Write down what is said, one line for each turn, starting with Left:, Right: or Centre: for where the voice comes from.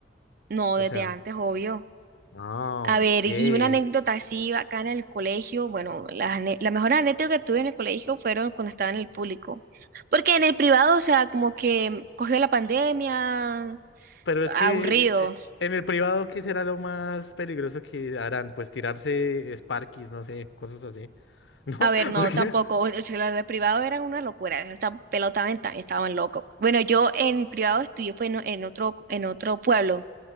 Right: no, desde
Left: O sea,
Right: antes, obvio.
Left: ah,
Right: A ver,
Left: ok.
Right: y una anécdota así acá en el colegio, bueno, las ane- la mejor anécdota que tuve en el colegio fueron cuando estaba en el público. Porque en el privado, o sea, como que cogió la pandemia,
Left: Pero es
Right: aburrido.
Left: que eh, eh, en el privado, ¿qué será lo más peligroso que harán? Pues tirarse Sparkies, no sé, cosas así. <laughs> ¿No?
Right: A ver, no,
Left: ¿Por qué?
Right: tampoco. O sea, los de privado eran una locura. Esta pelota estaban locos. Bueno, yo en privado estudié fue en, o- en otro, en otro pueblo,